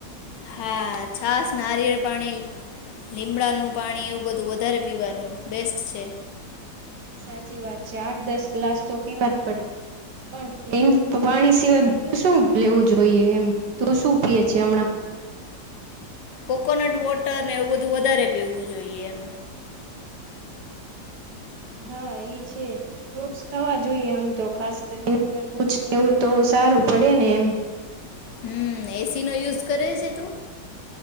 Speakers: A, on the left; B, on the right.
A: હા છાસ, નારિયેળ પાણી, લીમડાનું પાણી એવું બધું વધારે પીવાનું બેસ્ટ છે.
B: સાચી વાત છે. આઠ દસ ગ્લાસ તો પીવા જ પડે. પણ, પ્લેન પાણી સિવાય બીજું શું લેવું જોઈએ એમ, તૂ શું પીએ છે હમણાં?
A: કોકોનટ વોટર ને એવું બધું વધારે પીવું જોઈએ એમ.
B: હા એ છે, ફ્રૂટ્સ ખાવા જોએ આમ તો ખાસ કરીને તરબૂજ ને એવું તો સારું પડે ને એમ.
A: હમ્મ, એ સી નો યુઝ કરે છે તું?